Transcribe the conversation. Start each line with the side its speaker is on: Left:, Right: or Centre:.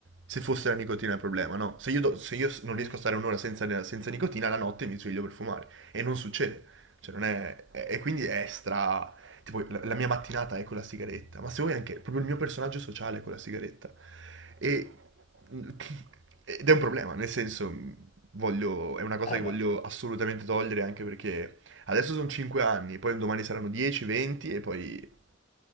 Right: Se fosse la nicotina il problema, no? Se io, do- se io s- non riesco
Left: Mm.
Right: a stare un'ora senza, senza nicotina, la notte mi sveglio per fumare. E non succede. Cioè, non è... E e quindi è stra... Tipo, la, la mia mattinata è con la sigaretta. Ma se vuoi anche... Proprio il mio personaggio sociale è con la sigaretta. E, <laughs> ed è un problema, nel senso, voglio, è una cosa
Left: E vabbè.
Right: che voglio assolutamente togliere anche perché adesso sono 5 anni, poi domani saranno 10, 20 e poi...